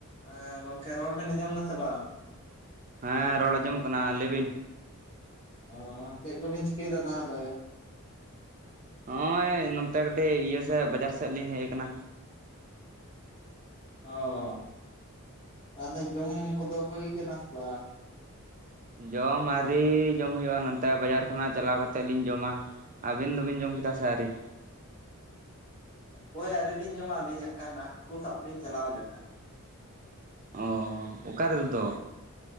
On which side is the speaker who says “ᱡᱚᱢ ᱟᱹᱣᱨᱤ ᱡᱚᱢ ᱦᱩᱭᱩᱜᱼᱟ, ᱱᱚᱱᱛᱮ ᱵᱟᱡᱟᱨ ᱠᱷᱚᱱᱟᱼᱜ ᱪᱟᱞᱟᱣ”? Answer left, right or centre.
Right